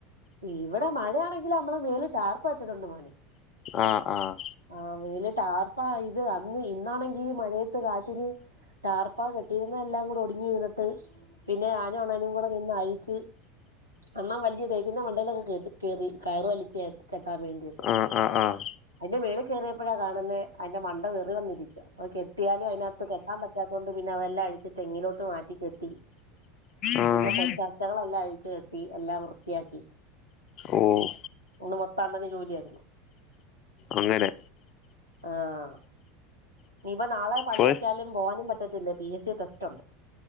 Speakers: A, on the right (about 85°); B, on the left (about 40°).
A: ഇവിടെമഴയാണെങ്കിലും നമ്മള് മേല് ടാർപ്പട്ടിട്ടുണ്ട് മോന്.
B: ആഹ് ആഹ്.
A: ആഹ് വെലിട്ട് ആർപ്പാ ഇത് അന്ന് ഇന്നാണെങ്കി മഴയത്ത് കാറ്റിന്. ടാർപ്പാ കെട്ടിരുന്ന എല്ലാം കൂടെ ഒടിഞ്ഞു വീണിട്ട്. പിന്നെ ആനു അണ്ണനും കൂടെ നിന്ന് അഴിച്ച്. എന്നാ വലിയതേക്കിന്റെ മ ണ്ടേയിലൊക്കെ കേ കയറി കയർ വലിച് കെട്ടാൻ വേണ്ടിയിട്ട്
B: ആഹ് ആഹ് ആഹ്
A: അതിന്റെ മേളിൽ കയറിയപ്പോഴാ കാണുന്നേ അതിന്റെ മണ്ട വെറി വന്നിരിക്കുക അപ്പൊ കെട്ടിയാലും അതിനകത്ത് ക ആഹ് പറ്റാതോണ്ട് പിന്നെ അതെല്ലാം അഴിച്ച്തെങ്ങിലോട്ട് മാറ്റി കെട്ടി
B: ആഹ് ആഹ്
A: പിന്നെ കൊച്ചാശകളെല്ലാം അഴിച്ചു കെട്ടി എല്ലാം വൃത്തിയാക്കി
B: ഓഹ്
A: ഇന്ന് മൊത്തം അണ്ണനു ജോലിആയിരുന്നു
B: അങ്ങനെ
A: ആഹ് നനിപ്പ നാളെ പണി
B: ഫുൾ
A: വെച്ചാലും പോകാനും പറ്റത്തില്ല പി എസ് സി ടെസ്റ്റ് ഉണ്ട്